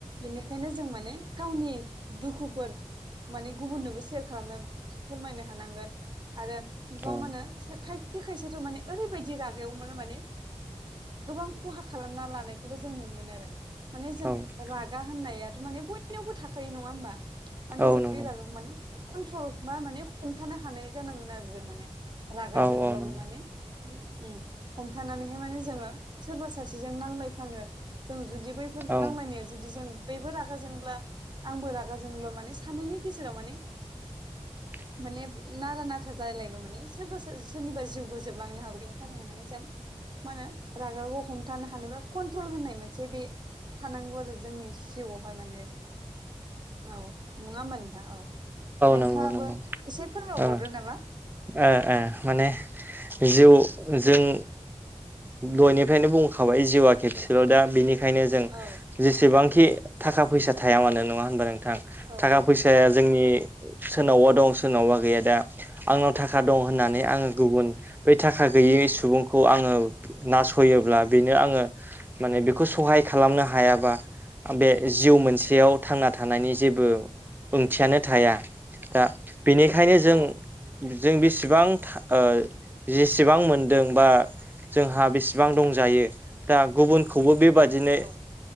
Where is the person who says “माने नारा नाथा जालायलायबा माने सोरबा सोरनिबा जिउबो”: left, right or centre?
Right